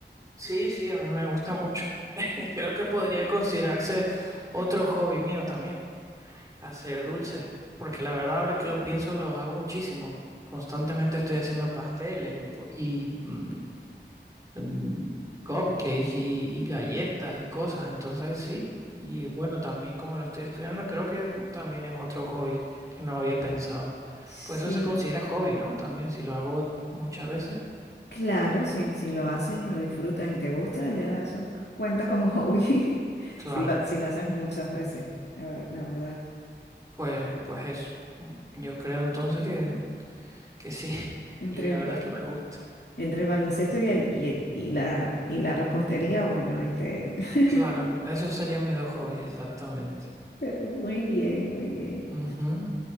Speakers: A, on the right; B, on the left.
A: Sí, sí, a mí me gusta mucho. <laughs> Creo que podría considerarse otro hobby mío también, hacer dulces. Porque la verdad, ahora que lo pienso, los hago muchísimo. Constantemente estoy haciendo pasteles y, bo- y mm, mm, cupcakes y, y galletas y cosas, entonces sí. Y bueno, también como lo estoy estudiando, creo que también es otro hobby que no había pensado.
B: Sí,
A: Pues eso se considera hobby, ¿no? También si lo hago muchas veces.
B: claro, si, si lo haces, lo disfrutas y te gusta, ya eso cuenta como hobby. <laughs>
A: Claro,
B: Si lo, si lo haces muchas veces, la, ver- la verdad.
A: pues, pues eso. Mm, Yo creo entonces que, que sí. <laughs>
B: Entre
A: Y la
B: el-
A: verdad
B: eh,
A: es que me gusta.
B: Entre el baloncesto y, el, y, el- y la, y la repostería, bueno, ahí te... <laughs>
A: Claro, esos serían mis dos hobbies, exactamente.
B: Pero muy bien, muy bien.
A: Ujú.